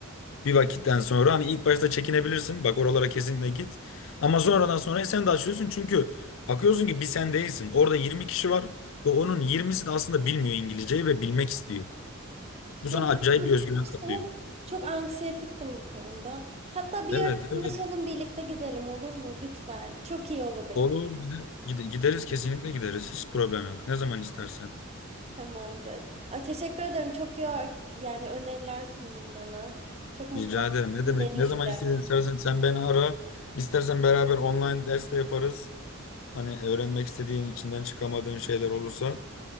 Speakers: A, on the left; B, on the right.
A: bir vakitten sonra hani ilk başta çekinebilirsin. Bak oralara kesinlikle git. Ama sonradan sonra sen de açıyorsun. Çünkü bakıyorsun ki bir sen değilsin. Orada 20 kişi var ve onun yirmisi de aslında bilmiyor İngilizceyi ve bilmek istiyor. Bu sana
B: Ya ben
A: acayip bir özgüven
B: işte
A: katıyor.
B: hep çok anksiyetiktim bu konuda. Hatta bir
A: Evet,
B: ara
A: evet.
B: anlaşalım birlikte gidelim olur mu lütfen? Çok iyi olur benim
A: Olur.
B: için.
A: Bir de gide- gideriz kesinlikle gideriz. Hiç problem yok. Ne zaman istersen.
B: Tamamdır. Ay, teşekkür ederim. Çok iyi ör- yani öneriler sundun bana. Çok mutlu
A: Rica
B: oldum.
A: ederim.
B: Kesin
A: Ne demek?
B: deneyeceğim.
A: Ne zaman istediğin- istersen sen beni ara. İstersen beraber online ders de yaparız. Hani öğrenmek istediğin, içinden çıkamadığın şeyler olursa